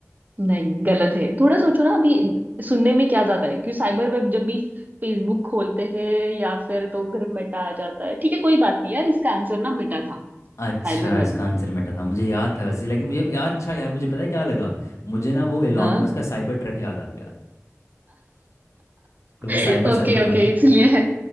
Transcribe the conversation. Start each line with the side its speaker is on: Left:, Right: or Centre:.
Right: नहीं गलत है थोड़ा सोचो ना अभी सुनने में क्या जाता है क्योंकि साइबर वेब जब भी फेसबुक खोलते हैं या फिर तो उधर मेटा आ जाता है ठीक है कोई बात नहीं यार इसका आंसर ना मेटा था
Left: अच्छा
Right: साइबर वेब
Left: इसका
Right: नहीं
Left: आंसर मेटा था मुझे याद था वैसे लेकिन मुझे यार अच्छा यार मुझे पता है क्या लगा मुझे ना वो एलॉन
Right: हाँ
Left: मस्क का साइबर ट्रक याद आ गया तो
Right: <laughs>
Left: वो साइबर
Right: ओके
Left: साइबर था
Right: ओके
Left: ना
Right: इसलिए